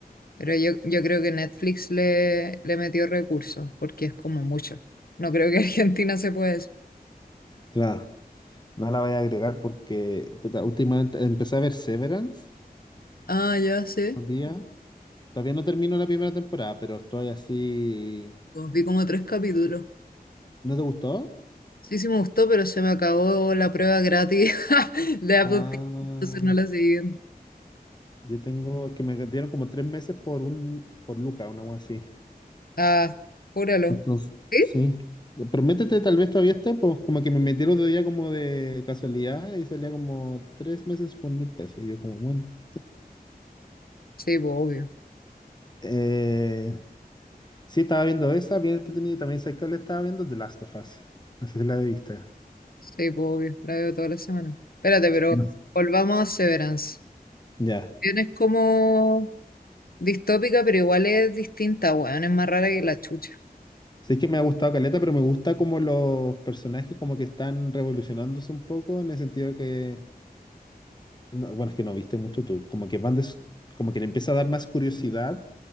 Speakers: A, on the left; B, on the left.
A: Pero yo, yo creo que Netflix le, le metió recursos, porque es como mucho. No creo que <laughs> Argentina se pueda eso.
B: Claro, no la voy a agregar porque puta, últimamente empecé a ver Severance
A: Ah, ya sé.
B: un día. Todavía no termino la primera temporada, pero estoy así.
A: Pues Vi como tres capítulos.
B: ¿No te gustó?
A: Sí, sí me gustó, pero se me acabó la prueba gratis <laughs> de Apple
B: Ah,
A: TV, entonces no la seguí viendo.
B: yo tengo que me dieron como tres meses por un por Luca, una cosa así.
A: Ah, júralo.
B: Entonces,
A: ¿Sí?
B: sí. Pero métete, tal vez todavía esté, pues como que me metí el otro día como de casualidad y salía como tres meses por mil pesos. Y yo como, bueno.
A: Sí, pues obvio.
B: Eh, sí, estaba viendo esa, bien entretenida. y También sé que le estaba viendo The Last of Us. No sé si la viste.
A: Sí, pues obvio. La veo toda la semana. Espérate, pero
B: No.
A: volvamos a Severance.
B: Ya.
A: Bien, es como distópica, pero igual es distinta, weón. Es más rara que la chucha.
B: Sí que me ha gustado Caleta, pero me gusta como los personajes como que están revolucionándose un poco en el sentido de que, no, bueno, es que no viste mucho tú, como que van des- como que le empieza a dar más curiosidad